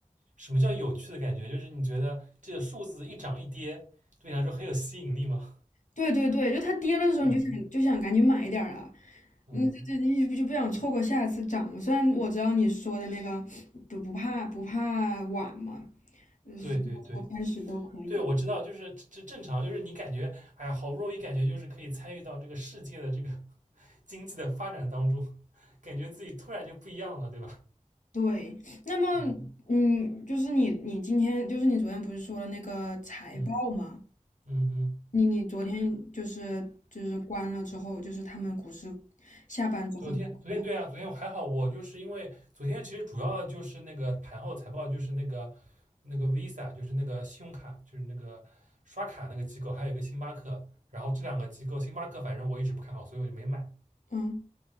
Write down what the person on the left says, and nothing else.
对对对，就它跌了的时候，
你就想就想赶紧买一点儿啊。
嗯，这这你就不想错过下一次涨嘛虽然我知道你说的那个不不怕不怕晚嘛，
从头开始都可以。
对，那么，
嗯，就是你，你今天，就是你昨天不是说了那个财报吗？
你你昨天就是就是关了之后，就是他们股市下班之后你关了吗？
嗯